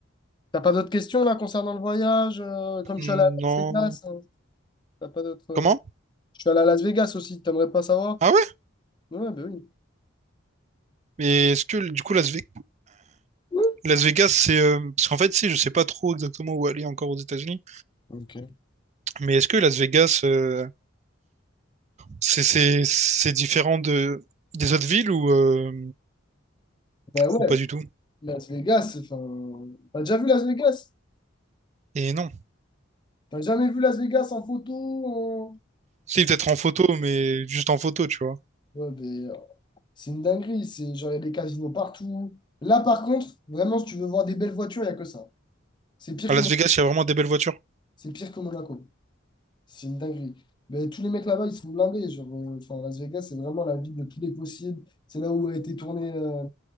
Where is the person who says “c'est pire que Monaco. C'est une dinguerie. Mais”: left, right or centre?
Left